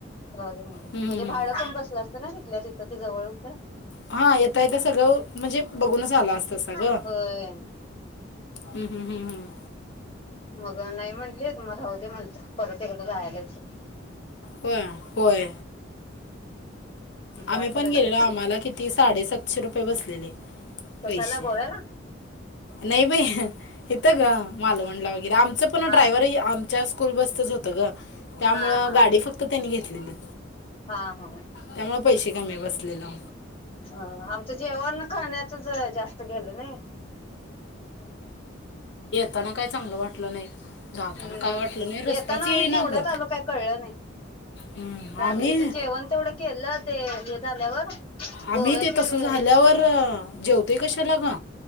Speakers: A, on the left; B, on the left.
A: राहू दे म्हणलं
B: हम्म.
A: म्हणजे
B: हम्म,
A: भाडं
B: हम्म.
A: पण बसलं असत ना तिथल्या ति तते जवळ होतं.
B: हा येत तय तर सगळं म्हणजे बघूनच आलं असतासा ग.
A: होय
B: हम् हम् हम् हम्.
A: मग नाही म्हटलीत, म राहू दे म्हंटलं परत एकदा जायला येतंय.
B: होय होय.
A: मी काय
B: आम्ही
A: करायचं
B: पण गेलेलो आम्हाला किती साडेसातशे रुपये बसलेले
A: कशाला
B: पैसे.
A: गोव्याला
B: नाही बाई येतं ग मालवणला हे आमचं पण
A: हा
B: ड्रायव्हर
A: हा
B: ही आमच्या स्कूल बसचंच होत गं, त्यामुळं
A: हा हा
B: गाडी फक्त त्यांनी घेतलीत,
A: हा हा
B: त्यामुळं पैसे कमी बसलेलं.
A: अ आमचं जेवण खाण्यातच जास्त गेलं नाही.
B: ताना काय चांगलं वाटलं नाही. जाताना
A: हम्म
B: काय वाटलं नाही रस्ताच
A: येताना
B: येईना
A: आम्ही केवढ्यात
B: ग
A: आलो काही कळलं नाही.
B: हम्म,
A: रात्रीचं
B: आम्ही
A: जेवण तेवढं केलं तेहा झाल्यावर. गोव्याची
B: आम्ही ते तस
A: वेळ
B: झाल्यावर
A: हे संपल्यावर
B: जेवत ते कशाला ग.